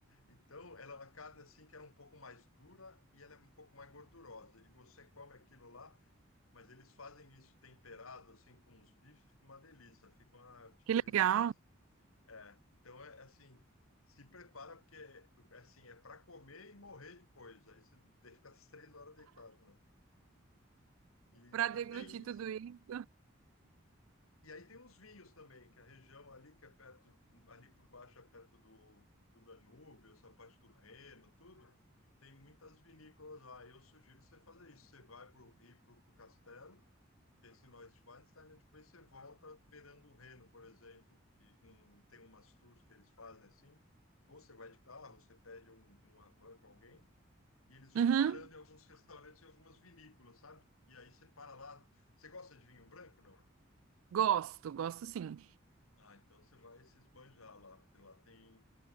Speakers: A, on the left; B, on the right.
A: Então, ela, a carne assim que ela é um pouco mais dura e ela é um pouco mais gordurosa. E você come aquilo lá, mas eles fazem isso temperado assim com os bifes, fica uma delícia. Fica uma, tipo
B: que legal,
A: eles fazem. é, então é assim, se prepara porque assim é para comer e morrer depois. Aí você <laughs> fica as três horas deitado, né? E,
B: para
A: então
B: deglutir
A: tem
B: tudo
A: isso.
B: isso.
A: E aí tem uns vinhos também, que a região ali que é perto, ali por baixo é perto do, do Danúbio, essa parte do Reno, tudo, tem muitas vinícolas lá. eu sugiro você fazer isso. Você vai para o Rio, para o Castelo, esse Neuschwanstein, e depois você volta beirando o Reno, por exemplo, que hum, tem umas tours que eles fazem assim. Ou você vai de carro, ou você pede um, uma van com alguém, e eles vão
B: Uhum,
A: parando em alguns restaurantes e algumas vinícolas, sabe? E aí você para lá. Você gosta de vinho branco, não?
B: gosto, gosto sim.
A: Ah, então você vai se esbanjar lá, porque lá tem,